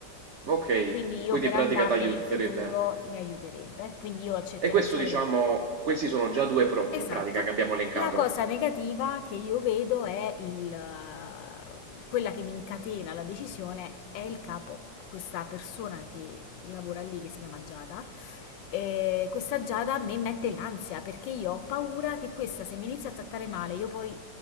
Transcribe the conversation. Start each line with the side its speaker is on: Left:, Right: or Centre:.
Right: Ok,
Left: Quindi io
Right: quindi
Left: per
Right: in pratica
Left: andarmene
Right: t'aiuterebbe.
Left: in futuro mi aiuterebbe. Quindi io accetterei
Right: E questo
Left: solo
Right: diciamo,
Left: per...
Right: questi sono già due pro
Left: Esatto.
Right: in pratica che abbiamo elencato.
Left: La cosa negativa che io vedo è il, eh, quella che mi incatena la decisione è il capo, questa persona che lavora lì, che si chiama Giada. eh, questa Giada a me mette l'ansia perché io ho paura che questa, se mi inizia a trattare male, io poi